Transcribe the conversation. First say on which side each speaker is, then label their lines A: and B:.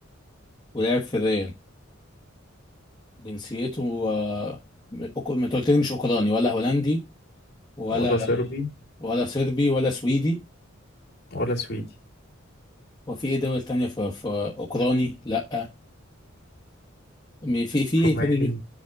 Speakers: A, on the left; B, on the left.
A: ولعب في الريال جنسيته آه، م- أوك- ما انت قلت لي مش اوكراني ولا هولندي ولا
B: ولا صربي
A: ولا صربي ولا سويدي
B: ولا سويدي
A: وفي ايه دول تانية في, في اوكراني لا م- في في
B: روماني
A: ايه تاني جن-